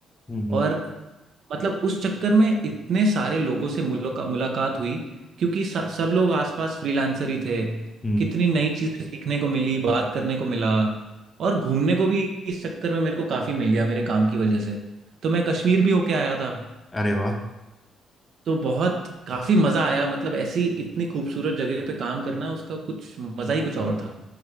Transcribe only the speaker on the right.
और
मतलब उस चक्कर में इतने सारे लोगों से मुलाका, मुलाकात हुई क्योंकि स, सब लोग आसपास फ्रीलांसर ही थे
कितनी नई चीजें सीखने को मिली बात करने को मिला और घूमने को भी इस चक्कर में मेरे को काफी मिल गया मेरे काम की वजह से तो मैं कश्मीर भी होके आया था
तो बहुत काफी मजा आया मतलब ऐसी इतनी खूबसूरत जगह पे काम करना उसका कुछ मजा ही कुछ और था